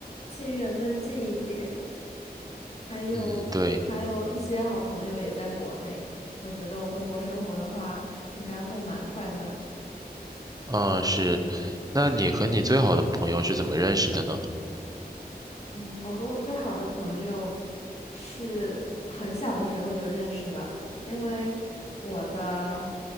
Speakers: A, on the left (about 40°); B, on the right (about 20°).
A: 亲人们近一点。还有还有一些好朋友也在国内，
B: 嗯，对，
A: 我觉得我回国生活的话，应该会蛮快乐的。
B: 啊，是。那你和你最好的朋友是怎么认识的呢？
A: 嗯，我和我最好的朋友是很小的时候就认识了，因为我的